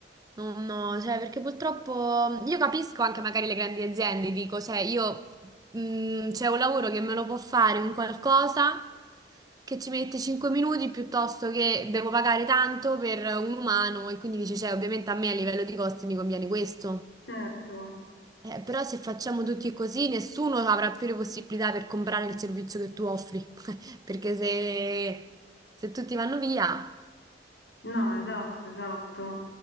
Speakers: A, on the right; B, on the left.
A: Non no, cioè, perché purtroppo io capisco anche magari le grandi aziende, dico, cioè, io mh, c'è un lavoro che me lo può fare un qualcosa che ci mette 5 minuti piuttosto che devo pagare tanto per un umano e quindi dici, cioè, ovviamente a me a livello di costi mi conviene questo.
B: certo.
A: Eh, però se facciamo tutti così, nessuno avrà più le possibilità per comprare il servizio che tu offri. <laughs> Perché se, se tutti vanno via,
B: No, esatto, esatto.